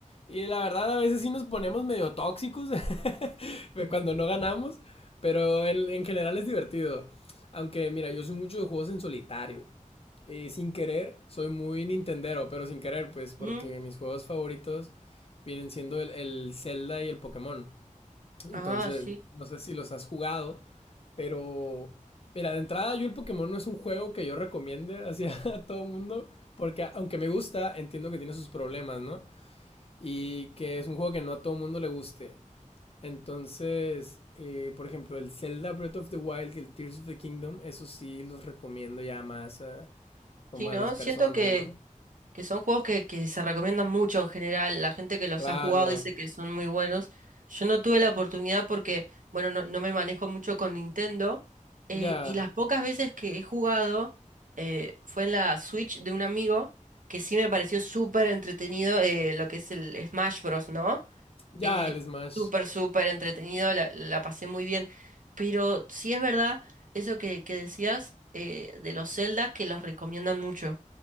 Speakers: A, on the left (about 45°); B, on the right (about 75°).
A: Y la verdad, a veces sí nos ponemos medio tóxicos, <laughs> <laughs>
B: <laughs>
A: cuando no ganamos, pero en, en general es divertido. Aunque, mira, yo soy mucho de juegos en solitario. Y sin querer, soy muy Nintendero, pero sin querer, pues, porque
B: Mm,
A: mis juegos favoritos vienen siendo el, el Zelda y el Pokémon. Entonces,
B: Ah, sí.
A: no sé si los has jugado, pero mira, de entrada yo el Pokémon no es un juego que yo recomiende hacia <laughs> a todo el mundo, porque aunque me gusta, entiendo que tiene sus problemas, ¿no? Y que es un juego que no a todo el mundo le guste. Entonces, eh, por ejemplo, el Zelda Breath of the Wild y el Tears of the Kingdom, eso sí los recomiendo ya más a, como
B: Sí, ¿no?
A: a las personas,
B: Siento que,
A: ¿no?
B: que son juegos que, que se recomiendan mucho en general. La gente que los
A: Claro,
B: ha jugado dice que son muy buenos. Yo no tuve la oportunidad porque, bueno, no, no me manejo mucho con Nintendo. eh,
A: ya,
B: y las pocas veces que he jugado eh, fue en la Switch de un amigo que sí me pareció súper entretenido eh, lo que es el Smash Bros, ¿no?
A: ya
B: Eh,
A: el Smash.
B: súper, súper entretenido, la, la pasé muy bien. Pero sí es verdad eso que, que decías eh, de los Zelda que los recomiendan mucho.